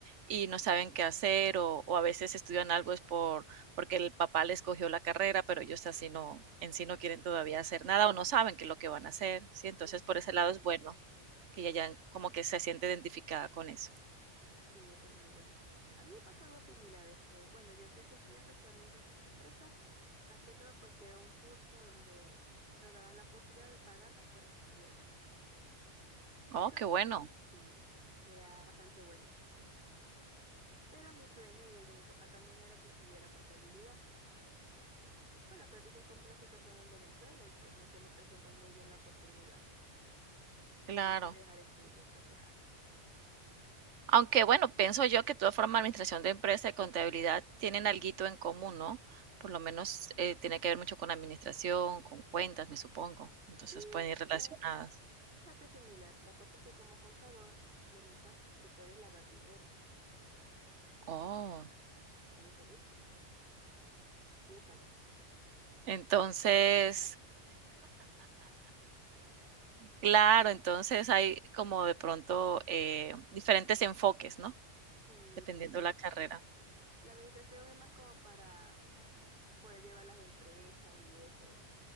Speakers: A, on the right; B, on the right.
A: y no saben qué hacer o, o a veces estudian algo es por porque el papá les cogió la carrera, pero ellos así no, en sí no quieren todavía hacer nada o no saben qué es lo que van a hacer, ¿sí? Entonces,
B: Exacto.
A: por ese lado es bueno que ella ya como que se siente identificada con eso.
B: Sí, eso es muy bueno. A mí me pasó algo similar, este, bueno, yo empecé estudiando fue administración de empresas, más que todo porque era un curso donde nos daban la posibilidad de pagarnos por estudiar.
A: Oh,
B: Pero
A: qué bueno,
B: sí, era bastante bueno. Pero mi sueño y el de mi papá también era que estudiara contabilidad. Bueno, pero tú sabes cómo es la situación en Venezuela y pues no se me presentó muy bien la oportunidad.
A: claro.
B: Tuve que dejar estudio, entonces, ajá.
A: Aunque bueno, pienso yo que de todas formas administración de empresa y contabilidad tienen alguito en común, ¿no? Por lo menos eh, tiene que ver mucho con administración, con cuentas, me supongo. Entonces
B: Sí,
A: pueden ir relacionadas.
B: eh, bastante similar. La cosa es que como contador, Florisa, tú puedes lavar dinero.
A: Oh,
B: Eso, ¿viste? Piénsalo.
A: entonces,
B: <laughs>
A: claro, entonces hay como de pronto eh, diferentes enfoques, ¿no?
B: Sí,
A: Dependiendo
B: sí.
A: la carrera.
B: La administración es más como para poder llevar las empresas y eso.